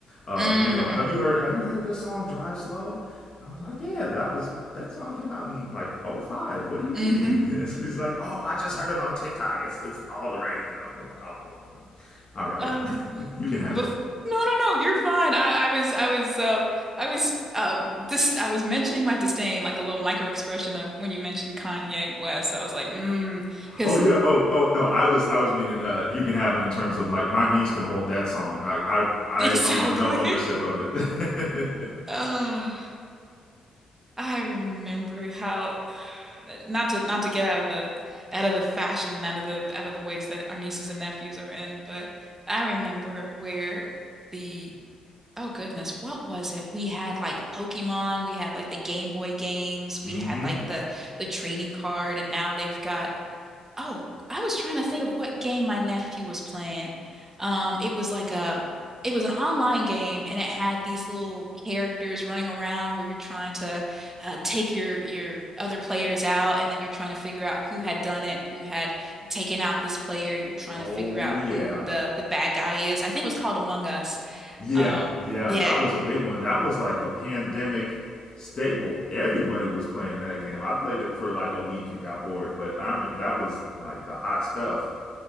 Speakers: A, on the left; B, on the right.
A: Uh,
B: mm,
A: you know, have you heard have you heard this song Drive Slow? I was like, yeah, that was that song came out in like oh five. What do you
B: mm-hmm.
A: mean? <laughs> He's like, oh, I just heard it on TikTok. It's it's all the rage. like, oh, uh, all right,
B: Oh,
A: <laughs> you can have
B: bef
A: it.
B: no, no, no, you're fine. I, I was, I was, um, I was, um, this, I was mentioning my disdain, like a little micro expression of when you mentioned Kanye West. I was like, mm. Because
A: Oh yeah. Oh oh no, I was I was meaning uh, you can have it in terms of like my niece can hold that song. Like I I
B: Exactly.
A: I want no ownership
B: <laughs>
A: of it. <laughs>
B: Ah, I remember how not to not to get out of the out of the fashion and out of the out of the ways that our nieces and nephews are in, but I remember where the oh goodness, what was it? We had like Pokemon, we had like the Game Boy games, we
A: mm-hmm.
B: had like the the trading card, and now they've got Oh, I was trying to think of what game my nephew was playing. Um, it was like a, it was an online game, and it had these little characters running around where you're trying to uh, take your your other players out, and then you're trying to figure out who had done it, who had taken out this player, and you're trying
A: Oh
B: to figure out
A: yeah.
B: who the the bad guy is. I think it was called Among Us.
A: Yeah,
B: Um,
A: yeah,
B: yeah,
A: that was a big one. That was like a pandemic staple. Everybody was playing that game. I played it for like a week and got bored, but I'm that was like the hot stuff. <laughs>